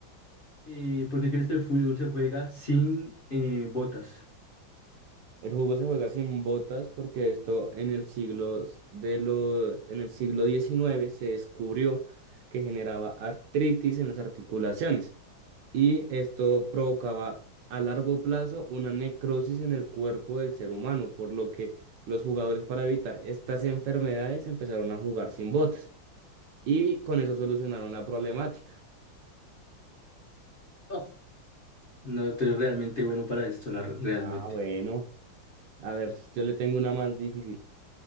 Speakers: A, on the left; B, on the right.
A: eh, ¿por qué crees que el fútbol se juega sin eh, botas?
B: El juego se juega sin botas porque esto en el siglo s- de lo, en el siglo XIX se descubrió que generaba artritis en las articulaciones y esto provocaba a largo plazo una necrosis en el cuerpo del ser humano, por lo que los jugadores para evitar estas enfermedades empezaron a jugar sin botas y con eso solucionaron la problemática.
A: Oh, no estoy realmente bueno para esto, la, realmente.
B: Ah, bueno, a ver, yo le tengo una más difícil.